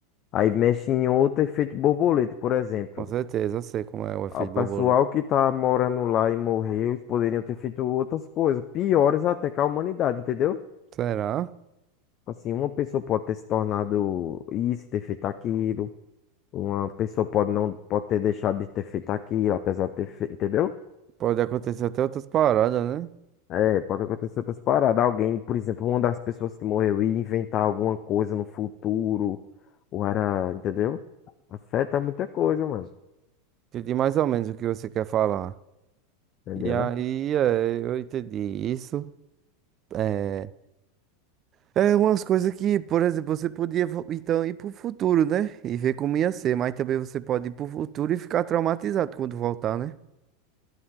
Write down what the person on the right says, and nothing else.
Com certeza, eu sei como é o efeito
borboleta.
Será?
Pode acontecer até outras paradas, né?
Entendi mais ou menos o que você quer falar.
E aí,
é, eu entendi isso. É, é umas coisas que, por exemplo, você podia vo- então ir pro futuro, né? E ver como ia ser, mas também você pode ir pro futuro e ficar traumatizado quando voltar, né?